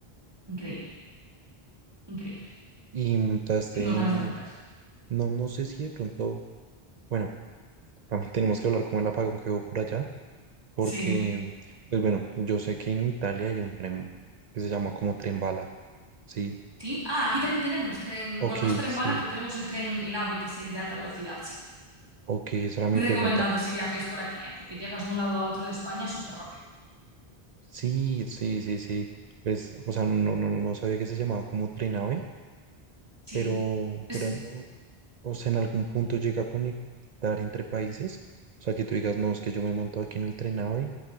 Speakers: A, on the right; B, on the right.
A: increíble, increíble.
B: y montaste
A: Tengo
B: en,
A: ganas de volver.
B: no, no sé si de pronto... bueno Cami, Tenemos que hablar como el apagón que hubo por allá, porque,
A: Sí.
B: pues bueno, yo sé que en Italia hay un tren que se llama como tren bala, ¿sí?
A: Sí. Ah, aquí también tenemos tren,
B: Ok,
A: bueno, no es tren
B: sí,
A: bala, pero tenemos el tren, el AVE, que es el de alta velocidad, sí.
B: ok, esa era
A: Muy
B: mi pregunta.
A: recomendado si viajáis por aquí, ¿eh? Porque llegas de un lado al otro de España súper rápido.
B: Sí, sí, sí, sí. Pues, o sea, no, no, no sabía que se llamaba como tren AVE,
A: Sí.
B: pero,
A: Es-
B: pero, no, o sea, en algún punto llega a conectar entre países. O sea, que tú digas, no, es que yo me monto aquí en el tren AVE